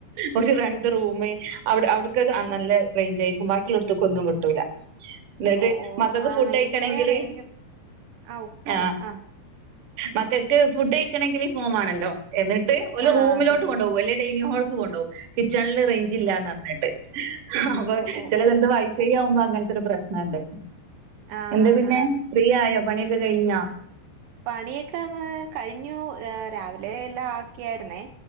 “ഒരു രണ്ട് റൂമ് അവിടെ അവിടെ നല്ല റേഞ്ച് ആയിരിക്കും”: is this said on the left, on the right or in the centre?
Right